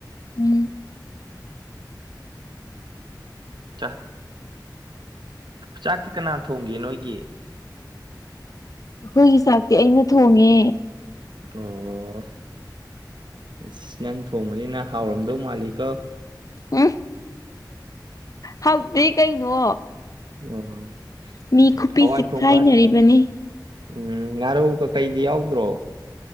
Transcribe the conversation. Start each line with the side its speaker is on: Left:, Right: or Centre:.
Left: ꯎꯝ꯫
Right: ꯆꯥ ꯆꯥꯛꯇꯤ ꯀꯅꯥꯅ ꯊꯣꯡꯒꯦ ꯅꯣꯏꯒꯤ꯫
Left: ꯑꯩꯈꯣꯏꯒꯤ ꯆꯥꯛꯇꯤ ꯑꯩꯅ ꯊꯣꯡꯉꯦ꯫
Right: ꯑꯣ ꯑꯁ ꯅꯪ ꯊꯣꯡꯕꯅꯤꯅ ꯍꯥꯎꯔꯝꯗꯧ ꯃꯥꯜꯂꯤꯀꯣ꯫
Left: ꯎ ꯍꯥꯎꯇꯗꯤ ꯀꯩꯅꯣ꯫
Right: ꯑꯣ꯫
Left: ꯃꯤ ꯈꯨꯄꯤ
Right: ꯍꯋꯥꯏ
Left: ꯆꯤꯛꯈꯥꯏꯅꯔꯤꯕꯅꯤ꯫
Right: ꯊꯣꯡꯕ ꯎꯝ ꯉꯥꯔꯧ ꯀꯩꯀꯩꯗꯤ ꯌꯥꯎꯗ꯭ꯔꯣ꯫